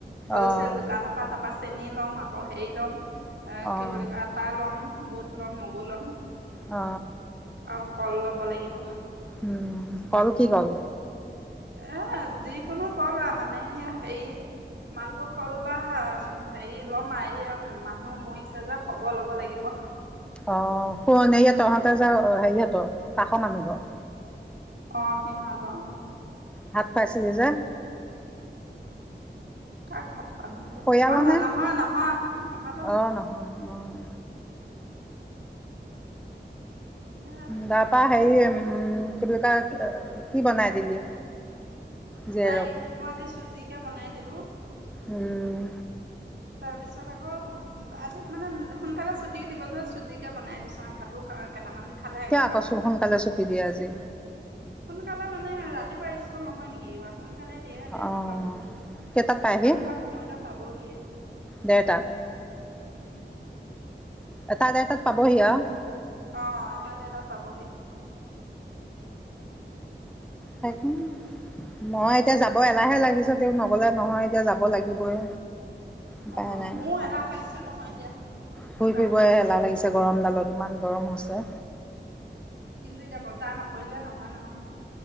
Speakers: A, on the right; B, in the centre.
A: হলচেল
B: অঁ
A: দোকানৰ পৰা তাৰপা। চেনি ল'ম আকৌ হেৰি ল'ম। এ
B: অঁ
A: কি বুলি ক আটা ল'ম বুট ল'ম মগু ল'ম
B: অ
A: আৰু কল ল'ব লাগিব
B: উম কল কি কল।
A: এ যিকোনো কল আৰু মানে হেৰি মালভোগ কল বা হেৰি লম আও মানুহ মৰিছে যে খব ল'ব লাগিব।
B: অ তহঁতৰ যে হেৰিহঁতৰ কাষৰ মানুহ ঘৰ।
A: অ সিহত অহ।
B: ভাত খাইছিলি যে।
A: কাক ভাত খোৱা লু গৈ?
B: পৰিয়ালৰ
A: অ নহয়
B: নে
A: নহয় সিহঁতৰ
B: অঁ
A: নহয়।
B: অঁ
A: এ
B: তাৰ
A: সেইটো
B: পৰা হেৰি
A: কাৰণে এতিয়া
B: উম কি বুলি কয় কি বনাই দিলি? জীয়েৰক
A: তাইক মই আজি চুজিকে বনাই দিলো।
B: উম
A: তাৰপিছত আকৌ আজি মানে সোনকালে ছুটি দিব যে চুজিকে বনাই দিছোঁ আৰু ভাতো কেইটামান খালে
B: কিয়
A: এগহামান।
B: আকো স্কুল সোনকালে ছুটি দিয়ে আজি?
A: সোনকালে মানে ৰাতিপুৱা স্কুল নহয় নেকি কিবা। সোনকালে দিয়ে দেৰটাত
B: অ',
A: পাবহি,
B: কেইটাত পায়হি?
A: ভাত খোৱাৰ সময়লৈ পাবহিয়ে,
B: দেৰটাত,
A: উম।
B: এটা-ডেৰটাত পাবহি আৰু।
A: অহ, এটা দেৰতাত পাবহি।
B: থাকিম, মই এতিয়া যাব এলাহে লাগিছে, তেও নগলে নহয় এতিয়া যাব লাগিবই। উপায়
A: অ',
B: নাই
A: মোৰো এলাহ লাগিছে নহয় এতিয়া,
B: ঘূৰি
A: মোৰ
B: ফুৰিবই
A: যাব মন নাই।
B: এলাহ লাগিছে গৰমডালত ইমান গৰম হৈছে।
A: কিন্তু এতিয়া বজাৰ নকৰিলে নহয় নহয়।